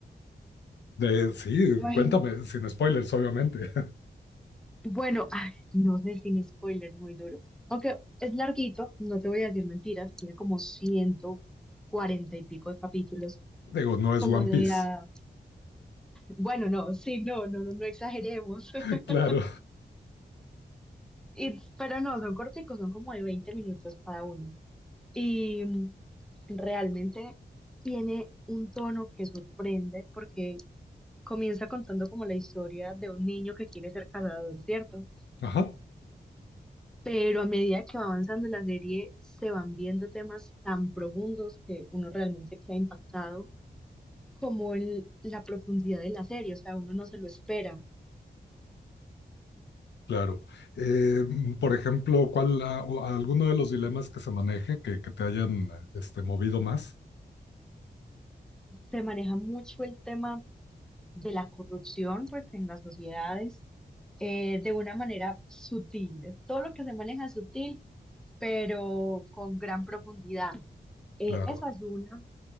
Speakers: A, on the left; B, in the centre.
A: De, sí,
B: imagínate.
A: cuéntame, sin spoilers, obviamente.
B: Bueno, ay, no sé sin spoilers, muy duro. Aunque es larguito, no te voy a decir mentiras, tiene como 140 y pico de capítulos,
A: <laughs> Digo, no es
B: como
A: One
B: de,
A: Piece.
B: ah, bueno, no, sí, no, no, no, no exageremos.
A: <laughs>
B: <laughs>
A: Claro.
B: Y, pero no, son corticos, son como de 20 minutos cada uno. Y mm, realmente tiene un tono que sorprende porque comienza contando como la historia de un niño que quiere ser cazador, ¿cierto?
A: Ajá.
B: pero a medida que va avanzando la serie se van viendo temas tan profundos que uno realmente queda impactado como el- la profundidad de la serie, o sea, uno no se lo espera.
A: Claro. Eh, mm, por ejemplo, ¿cuál, ah, o alguno de los dilemas que se maneje que, que te hayan eh, este, movido más?
B: Se maneja mucho el tema de la corrupción, pues, en las sociedades, eh, de una manera sutil. Todo lo que se maneja es sutil, pero con gran profundidad. Eh,
A: Claro,
B: esa es una.